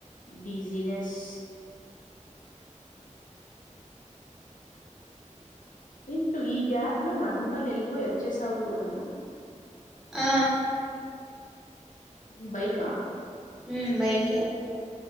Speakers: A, on the left; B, in the centre.
A: బిజీనెస్. ఇంటూ ఈ గ్యాప్ లో మదనపల్లి వెళ్ళిపోయి వచ్చేసావు కూడానా.
B: ఆ
A: మ్ బైకా
B: ఉమ్ బైకే.